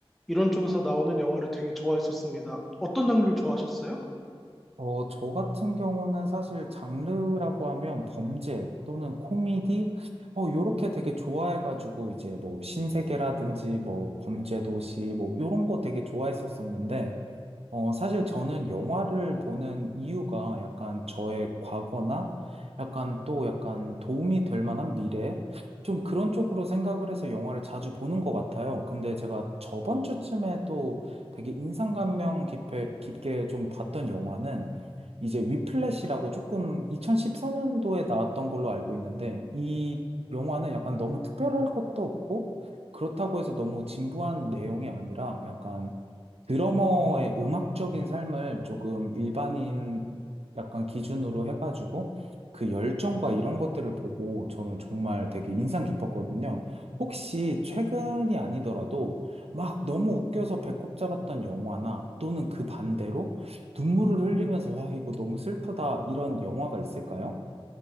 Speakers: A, in the centre; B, on the right.
A: 이런 쪽에서 나오는 영화를 되게 좋아했었습니다. 어떤 장르를 좋아하셨어요?
B: 어, 저 같은 경우는 사실 장르라고 하면 범죄 또는 코미디, 어, 요렇게 되게 좋아해가지고 이제 뭐 신세계라든지 뭐 범죄도시 뭐 요런 거 되게 좋아했었었는데 어, 사실 저는 영화를 보는 이유가 약간 저의 과거나 약간 또 약간 도움이 될 만한 미래? 좀 그런 쪽으로 생각을 해서 영화를 자주 보는 것 같아요. 근데 제가 저번 주쯤에 또 되게 인상감명 깊게, 깊게 좀 봤던 영화는 이제 위플래시라고 조금 2014년도에 나왔던 걸로 알고 있는데 이 영화는 약간 너무 특별할 것도 없고 그렇다고 해서 너무 진부한 내용이 아니라 약간 드러머의 음악적인 삶을 조금 일반인 약간 기준으로 해가지고 그 열정과 이런 것들을 보고 저는 정말 되게 인상 깊었거든요. 혹시 최근이 아니더라도 막 너무 웃겨서 배꼽 잡았던 영화나 또는 그 반대로 눈물을 흘리면서 와, 이거 너무 슬프다 이런 영화가 있을까요?